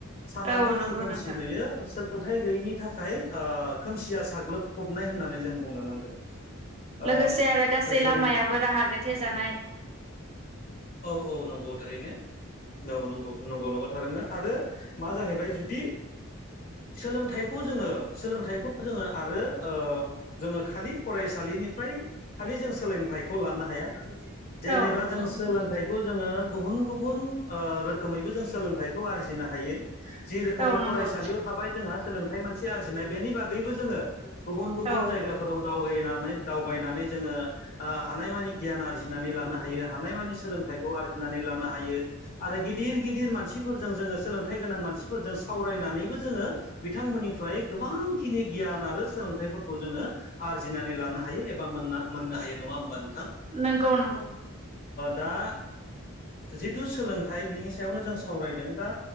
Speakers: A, on the left (about 45°); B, on the right (about 30°).
A: सानावबो
B: औ नंगौ
A: जों खोमसि
B: नोंथां
A: नुयो सोर सोलोंथायाइ गैयैनि थाखाय खोमसिया साग्लोबफबनाय होननानै जों बुंनो नांगोन। ओ
B: लोगोसे आरो गासै
A: जेरै
B: लामायाबो राहा गोथे जानाय।
A: औ औ नंगौ थारैनो औ नंगौ। नंगौ नंगौ थारैनो आरो मा जाहैबाय जुदि, सोलोंथाइखौ जोङो सोलोंथाइखौ जोङो आरो जोङो खालि फरायसालि निफ्राय खालि जों सोलोंथाइखौ लानो हाया जेनेबा
B: औ नंगौ
A: जों
B: नोंथां
A: सोलोंथाइ बे खौ जोङो गुबुन गुबुन रोखोमैबो जों सोलोंथाइखौ आरजिनो हायो। जि रोखोमै
B: औ
A: फरायसालियाव
B: नंगौ
A: थाबाय जोंहा सोलोंथाइ मोनसे आरजिनाय बेनि बागैबो जोङो गुबुन गुबुन
B: औ
A: जायगाफोराव दावबायनानै दावबायनानै जोङो हानायमानि गियान आरजिनानै लानो हायो। हानायमानि सोलों खौ आरजिनानै लानो हायो आरो गिदिर गिदिर मानसिफोरजों जोङो सोलोंथाइ गोनां मानसिफोरजों सावराय जोङो बिथांमोननिफ्राय गोबांखिनि गियान आरो सोलोंथाइफोरखौ जोङो आरजिनाय नानै लानो हायो एबा मोननो हायो नङा होमबा नोंथां?
B: नोंंगौ नंगौ नंगौ।
A: दा जिथु सोलोंथाइ बिनि सायावनो जों सावरायदों दा